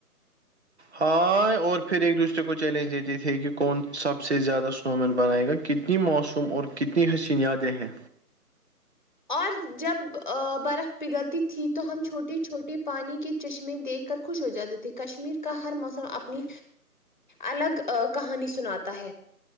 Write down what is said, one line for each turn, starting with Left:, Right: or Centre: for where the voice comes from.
Right: ہاں اور پھر ایک دوسرے کو چیلنج دیتے تھے کی کون سب سے زیادہ سنو مین بنائے گا کتنی موسوم اور کتنی حسین یادیں ہیں
Left: اور جب برف پگلتی تھی تو ہم چھوٹے چھوٹے پانی کے چشمے دیکھ کر خوش ہو جاتے تھے کشمیر کا ہر موسم اپنی الگ کہانی سناتا ہے